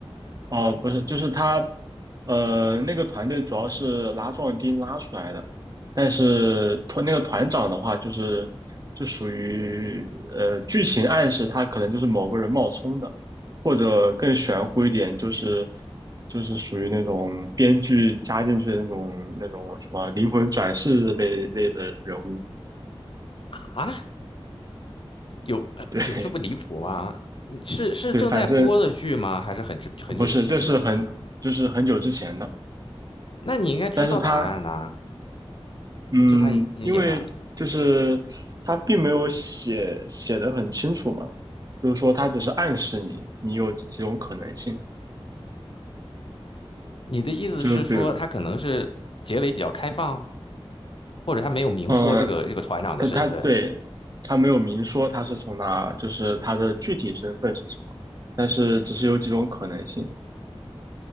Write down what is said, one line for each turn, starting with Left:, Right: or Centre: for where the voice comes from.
Right: 哦，不是，就是他，呃，那个团队主要是拉壮丁拉出来的，但是团那个团长的话，就是就属于呃剧情暗示他可能就是某个人冒充的，或者更玄乎一点，就是就是属于那种编剧加进去的那种那种什么灵魂转世类类的人物，
Left: 啊？有呃有这么离谱吗？
Right: 对 <laughs>
Left: 你是是正在播的剧吗？
Right: 对，反正
Left: 还是很之很久之前的？
Right: 不是，这是很就是很久之前的。
Left: 那你应该知道答案呐、
Right: 但是他嗯，
Left: 就他已经演完了。
Right: 因为就是他并没有写写的很清楚嘛，就是说他只是暗示你，你有几种可能性，
Left: 你的意思是说，
Right: 就是比如，
Left: 他可能是结尾比较开放，或者他没有明说这个这个团长的身份？
Right: 嗯，他他对他没有明说他是从哪，就是他的具体身份是什么，但是只是有几种可能性，